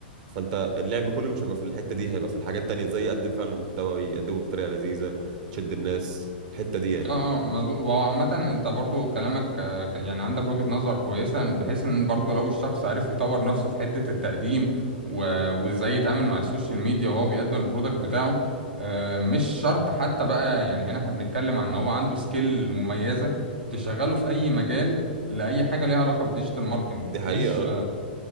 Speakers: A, on the right; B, on the right.
A: فانت اللعب كله مش هيبقى في الحته دي هيبقى في الحاجات التانية ازاي يقدم فعلا محتوى يقدمه بطريقه لذيذه تشد الناس الحته دي يعني
B: اه آه، مظبوط وهو عامة انت برضو كلامك آه، ك- يعني عندك وجهة نظر كويسة بحيث ان برضو لو الشخص عرف يطور نفسه في حدة التقديم و- وازاي يتعامل مع السوشيال ميديا وهو بيقدم البرودكت بتاعه آه، مش شرط حتى بقى يعني هنا احنا بنتكلم عن ان هو عنده سكيل مميزة تشغله في اي مجال لأي حاجة ليها علاقة بالديجيتال ماركتنج
A: دي حقيقه
B: مش
A: اه